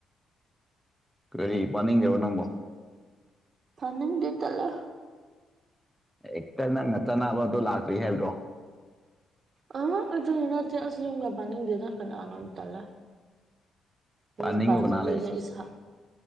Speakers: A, in the centre; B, on the right.
A: ꯀꯔꯤ ꯄꯥꯅꯤꯡꯗꯦꯕ ꯅꯪꯕꯣ?
B: ꯄꯥꯟꯅꯤꯡꯗꯦ ꯇꯜꯂꯦ
A: ꯍꯦꯛꯇ ꯅꯪꯅ ꯆꯅꯥꯕ ꯗꯣ ꯂꯥꯛꯇ꯭ꯔꯤ ꯍꯥꯏꯕ꯭ꯔꯣ?
B: ꯑꯩ ꯑꯗꯨꯒꯤ ꯅꯠꯇꯦ ꯑꯁ ꯌꯨꯝꯒ ꯄꯥꯟꯅꯤꯡꯗꯦꯗ ꯀꯅꯥꯅ ꯇꯜꯂꯦ꯫
A: ꯄꯥꯅꯤꯡꯕ
B: ꯌꯨꯝ ꯄꯥꯟꯗꯕꯤꯗ
A: ꯀꯅꯥ ꯂꯩ
B: ꯏꯁꯥ